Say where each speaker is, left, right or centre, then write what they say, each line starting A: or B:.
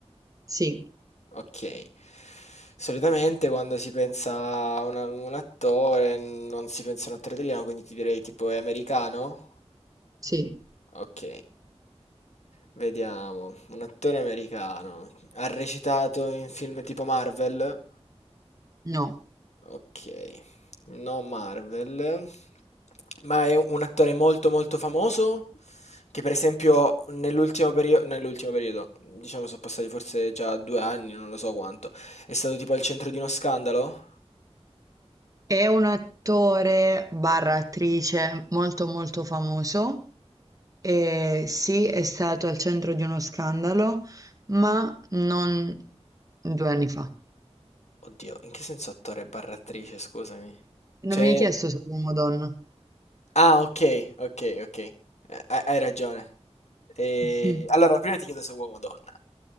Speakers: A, on the right (about 30°); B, on the left (about 80°).
A: Sì,
B: Ok. Solitamente quando si pensa a una- un attore, non si pensa a un attore italiano, quindi ti direi tipo è americano?
A: sì,
B: Ok. Vediamo. Un attore americano. Ha recitato in film tipo Marvel?
A: no.
B: Ok, no Marvel, ma è un attore molto molto famoso che per esempio nell'ultimo periodo, nell'ultimo periodo, diciamo sono passati forse già due anni, non lo so quanto, è stato tipo al centro di uno scandalo?
A: È un attore barra attrice molto molto famoso. E sì, è stato al centro di uno scandalo, ma non due anni fa.
B: Oddio, in che senso attore barra attrice, scusami? Cioè...
A: Non mi hai chiesto se è uomo o donna.
B: Ah, ok, ok, ok, Eh, hai hai ragione. E...
A: <laughs> Mhm.
B: Allora, prima ti chiedo se è uomo o donna.